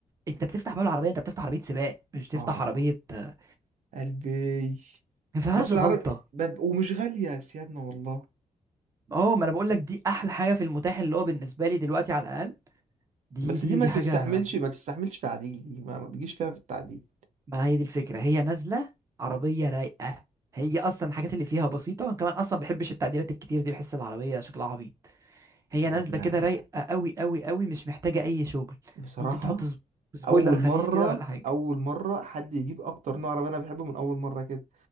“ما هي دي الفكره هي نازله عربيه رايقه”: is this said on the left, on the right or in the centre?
Right